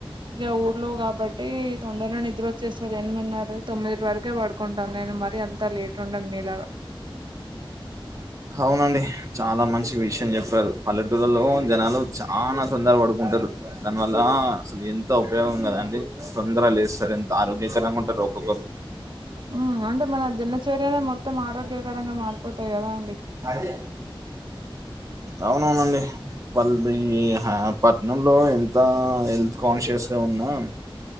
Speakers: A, on the right (about 55°); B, on the right (about 35°).
A: ఇగ ఊర్లో కాబట్టి తొందర గా నిద్ర వచ్చేస్తది ఎనిమిన్నర తొమ్మిది వరకే పడుకుంటాను నేను మరి అంత లేట్ ఉండను మీలాగా
B: అవునండి చాలా మంచి విషయం చెప్పారు పల్లెటూరులో జనాలు చానా తొందర పడుకుంటారు దానివల్ల అసలు ఎంత ఉపయోగం కదండి తొందర లేస్తారు ఎంత <unintelligible> ఆరోగ్య చ నా కొంట రోక క
A: ఉం అంటే మన దినచర్యనే మొత్తం ఆరోగ్యకరంగా మారిపోతాయి కదా అండి
B: అదే అవునవునండి <unintelligible> వాళ్ళ పట్నంలో ఎంత హెల్త్ కాన్షియస్ గా ఉన్నా